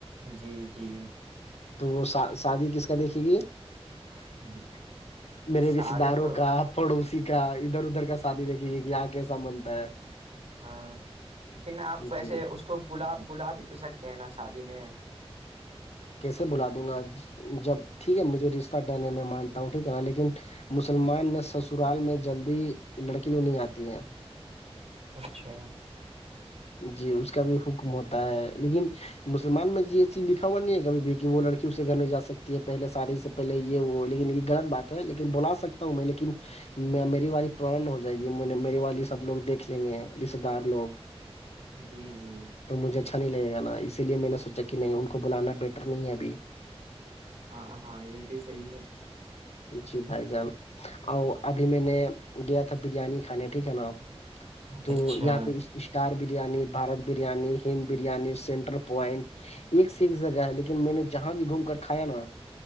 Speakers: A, on the right (about 75°); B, on the left (about 80°).
A: جی جی
B: تو وہ شادی کس کا دیکھے گی
A: ہوں،
B: میرے
A: سارے
B: رشتے داروں
A: تو
B: کا پڑوسی کا ادھر ادھر کا شادی دیکھیے گی کہ یہاں کیسا بنتا ہے
A: ہاں لیکن آپ ویسے
B: جی
A: اس کو بلا بلا بھی تو سکتے ہیں نا شادی میں
B: کیسے بلا دوں گا جب ٹھیک ہے مجھے رشتہ ڈن ہے میں مانتا ہوں ٹھیک ہے نا لیکن مسلمان میں سسرال میں جلدی لڑکی لوگ نہیں آتی ہے
A: اچھا
B: جی اس کا بھی حکم ہوتا ہے لیکن مسلمان میں یہ چیز لکھا ہوا نہیں ہے کبھی ب وہ لڑک اسے گھر نہیں جا سکتی ہے پہلے سادی سے پہلے یہ وہ لیکن یہ غلط بات ہے لیکن بلا سکتا ہوں میں لیکن میں میری والی پرن ہو جائے گی میری والی سب لوگ دیکھ لیں گے رشتے دار لوگ
A: جی جی
B: تو مجھے اچھا نہیں لگے گا نا اسی لیے میں نے سوچا کہ نہیں ان کو بلانا بیٹر نہیں ہے ابھی
A: ہاں ہاں یہ بھی صحیح ہے
B: جی بھائی جان اور ابھی میں نے گیا تھا بریانی کھانے ٹھیک ہے نا تو
A: اچھا
B: یہاں پہ اس star biryani Bharat biryani Hind biryani centre point ایک سے ایک جگہ ہے لیکن میں نے جہاں بھی گھوم کر کھایا نا